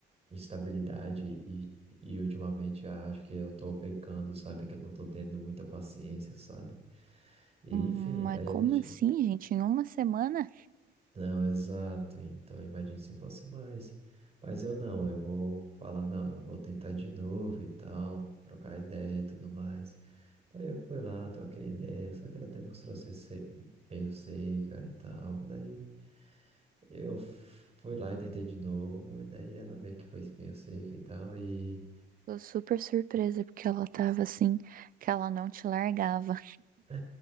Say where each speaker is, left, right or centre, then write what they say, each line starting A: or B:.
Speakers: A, on the right; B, on the right.
A: instabilidade e, e ultimamente acho que eu tô pecando, sabe? Que eu não tô tendo muita paciência, sabe? E,
B: Hum,
A: enfim,
B: mas
A: daí
B: como
A: a gente.
B: assim, gente? Em uma semana?
A: Não, exato. Então, imagine se fosse mais. Mas eu não, eu vou falar, não, eu vou tentar de novo e tal, trocar ideia e tudo mais. Daí eu fui lá, troquei ideia, só que ela demonstrou ser se- meio seca e tal. Daí eu fui lá e tentei de novo, e daí ela meio que foi meio seca e tal, e
B: Tô super surpresa porque ela tava assim, que ela não te largava.
A: É,